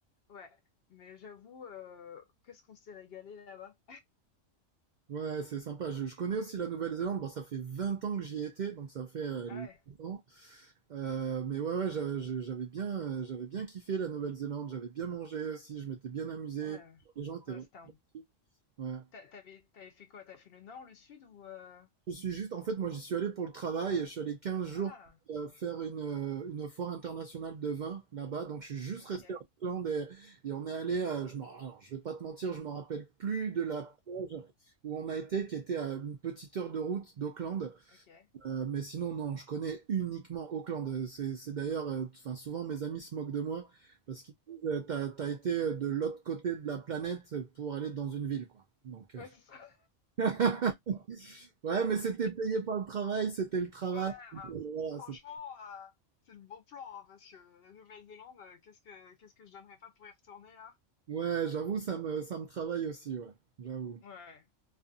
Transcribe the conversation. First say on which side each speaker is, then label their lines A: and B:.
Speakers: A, on the left; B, on the right.
A: ouais. Mais j'avoue, euh, qu'est-ce qu'on s'est régalé là-bas?
B: Ouais, Ouais, c'est sympa. Je, je connais aussi la Nouvelle-Zélande. Bon, ça fait 20 ans que j'y ai été, donc ça fait euh,
A: Ah ouais,
B: longtemps. Euh, mais ouais, ouais, j'a- je- j'avais bien, euh, j'avais bien kiffé la Nouvelle-Zélande. J'avais bien mangé aussi. Je m'étais bien amusé.
A: ouais,
B: Les gens étaient
A: ouais,
B: vraiment
A: c'était un...
B: gentils. Ouais.
A: T'a- T'avais, t'avais fait quoi? T'as fait le nord, le sud ou... euh,
B: Je suis juste, en fait, moi, j'y suis allé pour le travail. Je suis allé quinze jours
A: Ah,
B: euh, faire une, euh, une foire internationale de vin là-bas. Donc, je suis juste
A: ok,
B: resté en Irlande et, et on est allé, euh, je m'en- alors, je vais pas te mentir, je me rappelle plus de la plage où on a été, qui était à une petite heure de route d'Auckland.
A: ok.
B: Euh, mais sinon, non, je connais uniquement Auckland. Euh, C'est c'est d'ailleurs, euh, enfin, souvent mes amis se moquent de moi parce qu'ils disent, euh, t'as, t'as été de l'autre côté de la planète pour aller dans une ville, quoi. Donc, euh,
A: Ouais, c'est ça.
B: <laughs> Ouais, mais c'était payé par le travail, c'était le travail.
A: Ouais, bah,
B: Voilà,
A: franchement,
B: c'était-
A: euh, c'est le bon plan, hein, parce que la Nouvelle-Zélande, euh, qu'est-ce que qu'est-ce que je donnerais pas pour y retourner là?
B: ouais, j'avoue, ça me, ça me travaille aussi, ouais, j'avoue.
A: Ouais,